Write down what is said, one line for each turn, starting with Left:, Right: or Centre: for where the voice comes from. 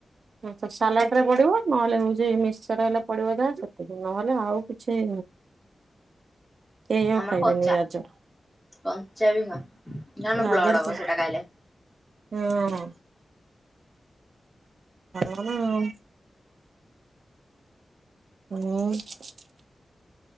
Right: ହଁ ତ ସାଲାଟ୍ ରେ ପଡିବ ନହେଲେ ହୋଉଚି ମିକ୍ସଚର୍ ହେଲେ ପଡିବ ଯାହା ସେ ତିକି ନହେଲେ ଆଉ କିଛି କେହି ଆଉ
Centre: ଆମର
Right: ଖାଇବେନି
Centre: କଞ୍ଚା
Right: ଗାଜର
Centre: କଞ୍ଚା ବି ଖାଉ। <unintelligible>
Right: ଗାଜର
Centre: ବ୍ଲଡ଼ ହବ ସେଟା ଖାଇଲେ।
Right: ହଁ। ଭଲ ନା ଆଉ। <unintelligible>